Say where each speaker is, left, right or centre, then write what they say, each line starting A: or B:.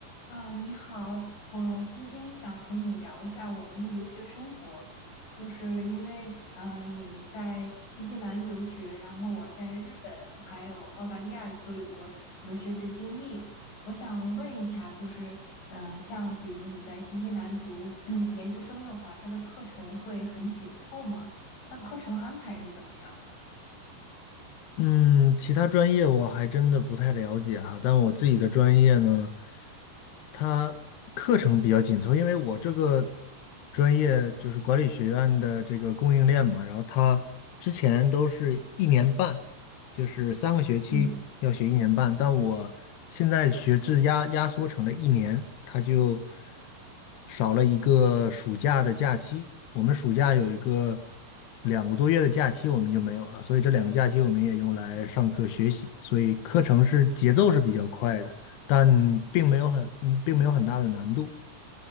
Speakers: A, on the left; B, on the left.
A: 啊，你好，我今天想和你聊一下我们的留学生活，就是因为呃你在新西兰留学，然后我在日本还有澳大利亚都有过留学的经历，我想问一下，就是嗯、呃像比如你在新西兰读 <clears throat> 嗯研究生的话，它的课程会很紧凑吗？它课程安排是怎么样的？
B: 嗯，其他专业我还真的不太了解哈，但我自己的专业呢，它课程比较紧凑，因为我这个专业就是管理学院的这个供应链嘛，然后它之前都是一年半，就是三个学期要学一年半，
A: 嗯。
B: 但我现在学制压压缩成了一年，它就少了一个暑假的假期。我们暑假有一个两个多月的假期，我们就没有了，所以这两个假期我们也用来上课学习，所以课程是节奏是比较快的，但并没有很，嗯并没有很大的难度。